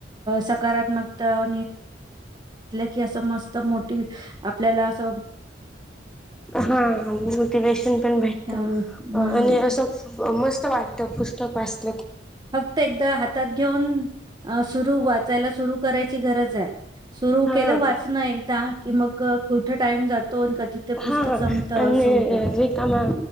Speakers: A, on the right (about 25°); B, in the centre.
A: सकारात्मकता की अस मस्त मोठी आपल्याला अस
B: हा मोटिवेशन पण भेटत
A: त्यान हम्म.
B: आणि असं मस्त वाटत पुस्तक वाचत
A: फक्त एकदा हातात घेऊन सुरू वाचायला सुरु करायची गरज आहे सुरू
B: हा
A: केलं वाचणं एकदा कि मग कुठं टाईम जातो आणि कधी ते पुस्तक
B: हा
A: संपतं
B: आणि
A: असं होऊन जातं.
B: रिकामा